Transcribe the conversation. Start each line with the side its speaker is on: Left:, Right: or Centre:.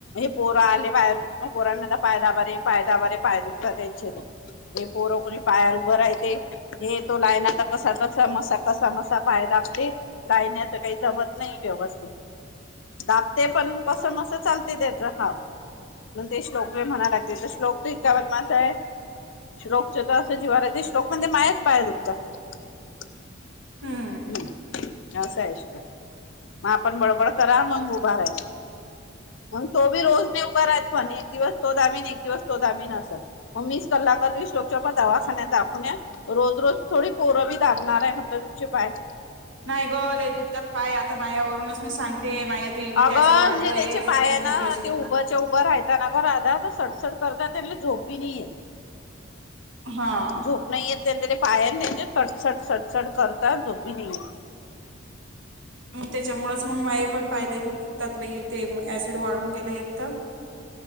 Left: पोरं आले पाहेरून क पोरांना पाय दाबारे पाय दाबारे पाय दुखत त्यांचे तर ते पोरं कोणी पायार उभं राहते हे तो लायनाचा कसा कसा मसा कसा मसा पाय दाबते लायण्याच काही दबत नाही व्यवस्थित दापते पण कस मस चालत <unintelligible> ेत <unintelligible> हा मण ते श्लोक म्हणा लागते तर श्लोक तर इतका बदमास आहे श्लोक च तर असं जीवाार आहे ते श्लोक म्हणजे मायाच पाया दुखत <unintelligible>
Right: हम्म
Left: हम्म नसायश <unintelligible> मग आपण बडबड करा मग उभा राहायच म तोी रोज नाही उभा राहतो <unintelligible> दिवस तो दाबिन एक दिवस तो दाबिन असत मग वीस कलास लोकच्या प दवाखान्या दाखवण्या रोज रोज थोडी पोरबी लाणणार आहे म्हटलं तुम बाय
Right: नाही गोल दुपतात पाय आता माझ्यावरूनच मी सांगते माया ते युरिक
Left: अगर
Right: ऍसिड वाढलोय
Left: जे त्यांचे पाय
Right: तर माया
Left: आहे ना
Right: लय दुखतात
Left: ते उभ्याच्या उभं राहताना अग राध तर सडसड करत त्यांना झोप बी नाहीे
Right: हा
Left: झूप नाही य त्यां पाया नाहीे चटचड चडचड करता जो भी नाही
Right: मग त्याच्यामुळेच मग मा पण पाहिले दुखतात व ते सिड वाढून गेले एक